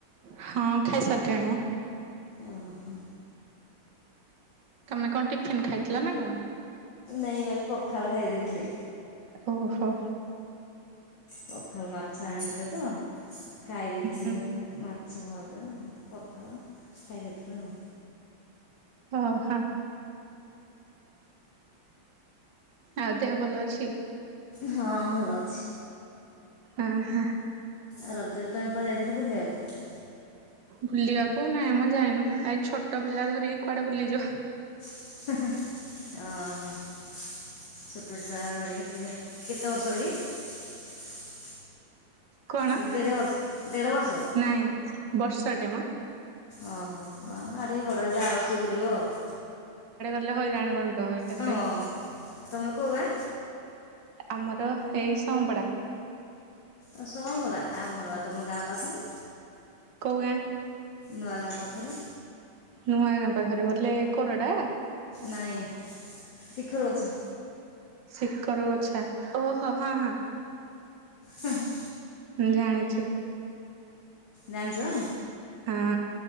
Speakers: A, on the right; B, on the left.
A: ହଁ ଖାଇସାରିଲିଣି ମ।
B: ଅଁ ହଁ।
A: ତମେ କଣ ଟିଫିନ ଖାଇଥିଲ ନା କଣ?
B: ନାଇ ମୁଁ ଆଜି ପଖାଳ ଖାଇଦେଇଥିଲି।
A: ଓହୋ।
B: ପଖାଳ ମାଛ ଆଣିଥିଲେ ତ ଖାଇ ଦେଇଥିଲି
A: ହୁଁ
B: ମା ଛ ଭଜା ପଖାଳ ଖାଇଦେଇ <unintelligible>
A: ଓଃ ହଁ। ଆଉ ଦେହ ଭଲ ଅଛି?
B: ହଁ ଭଲ ଅଛି।
A: ଆଁ ହାଁ।
B: ଆଉ ରଜରେ ତମେ କୁଆଡେ ଯା ଇଥିଲ ବୁଲିଆକୁ?
A: ବୁଲିବାକୁ ନାଇଁ ମ ଯାଇନୁ। ଏଇ ଛୋଟ ପିଲା ଧରିକି କୁଆଡ଼େ ବୁଲିଯିବୁ।
B: ଓହୋ। ଛୋଟଛୁଆ <unintelligible> ସେ କେତେ ବର୍ଷର କି?
A: କଣ
B: ଏକ ଦେଢ଼ ବର୍ଷ ଦେଢ଼ ବର୍ଷ
A: ନାଇଁ ବର୍ଷଟେ ମ।
B: ଓହୋ। ହଁ ଆଉଟିକେ ବଡ଼ ହେଇଯା ଆରବର୍ଷକୁ ବୁଲିବ ଆଉ।
A: ଲେ ହଇରାଣ ଏକାଥରେ।
B: ହଁ ତମର କୋଉ ଗାଁ?
A: ଆମର ଏଇ ସଁପଡ଼ା।
B: ଓ ସଁପଡ଼ା ଆମର ବା ତମ ଗାଁ ପାଖରେ।
A: କୋଉ ଗାଁ?
B: ନୂଆଁ ଗାଁ ପାଖରେ।
A: ନୂଆ ଗାଁ ପାଖରେ ବୋଲେ କୋରଡା?
B: ନାଇଁ ଶିଖର ଗଛ।
A: ସିକର ଗଛା। ଓହୋ ହଁ ହଁ।
B: ହୁଁ ହୁଁ।
A: ହୁଁ ଜାଣିଛି।
B: ଜାଣିଚ?
A: ହଁ।